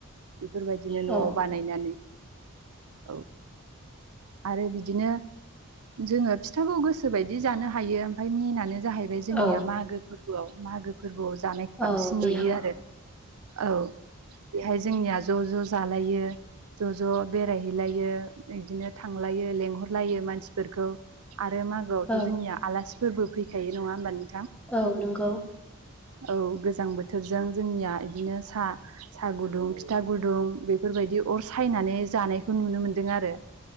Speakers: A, on the right; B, in the centre.
A: बेफोरबायदिनो
B: औ
A: न'आव बानायनानै औ आरो बिदिनो जोङो फिथाखौ गोसोबायदि जानो हायो ओमफ्राय मेनानो जाहैबाय जोंनिया
B: औ
A: मागो फोरबोआव मागो फोरबोआव जानायखौ बांसिन
B: औ बेयाव
A: नुयो आरो औ बेहाय जोंनिया ज' ज' जालायो ज' ज' बेरायहैलायो बिदिनो थांलायो लेंहरलायो मानसिफोरखौ आरो मागोआवथ'
B: औ
A: जोंनिया आलासि फोरबो फैखायो नङा होमबा नि
B: औ नंगौ।
A: औ गोजां बोथोरजों जोंनिया बिदिनो साहा साहा गुदुं फिथा गुदुं बेफोरबायदि अर सायनानै जानायखौ नुनो मोनदों आरो